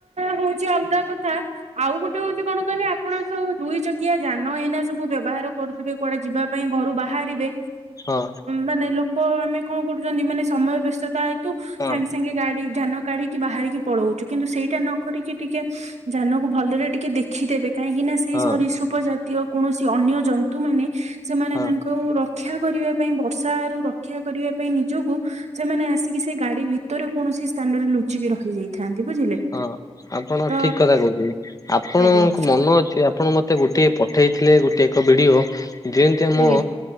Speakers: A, on the right; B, on the left.
A: ହୋଉଚି ଅଲଗା କଥା। ଆଉ ଗୋଟେ ହୋଉଚି କଣ କହିଲେ ଆପଣ ସବୁ ଦୁଇ ଚକିଆ ଯାନ ଏଇନା ସବୁ ବ୍ୟବହାର କରୁଥିବେ କୁଆଡେ ଯିବା ପାଇଁ ଘରୁ ବାହାରିବେ
B: ହଁ
A: ମାନେ ଲୋ କୋ ଆମେ ଙ୍କ କରୁଛନ୍ତି ମାନେ ସମୟ ବ୍ୟସ୍ତତା ହେତୁ
B: ହଁ
A: ସାଙ୍ଗେ ସାଙ୍ଗେ ଗାଡି ଯାନ କାଢିକି ବାହାରିକି ପଳଉଚୁ କିନ୍ତୁ ସେଇଟା ନ କରିକି ଟିକେ ଯାନକୁ ଭଲରେ ଟିକେ ଦେଖିଦେବେ କାହିଁକି ନା ସେ ସେଇ
B: ହଁ
A: ସରିସୃପ ଜାତୀୟ କୌଣସି ଅନ୍ୟ ଜନ୍ତୁ ମାନେ ସେମାନେ
B: ହଁ
A: ତାଙ୍କ ହୁଁ ରକ୍ଷା କରିବା ପାଇଁ ବର୍ଷାରୁ ରକ୍ଷା କରିବା ପାଇଁ ନିଜକୁ ସେମାନେ ଆସିକି ସେ ଗାଡି ଭିତରେ କୌଣସି ସ୍ଥାନରେ ଲୁଚିକି ରଖି ଯାଇଥାନ୍ତି ବୁଝିଲେ।
B: ହଁ, ଆପଣ
A: ତ
B: ଠିକ କଥା କୋଉଚନ୍ତି। ଆପଣଙ୍କ
A: ଆଜ୍ଞା
B: ମନ ଅଛି ଆପଣ ମତ- ମତେ ଗୋଟିଏ ପଠେଇଥିଲେ ଗୋଟେ ଏକ ଭିଡିଓ ଜେନ୍ତି ଆମ
A: ଆଜ୍ଞା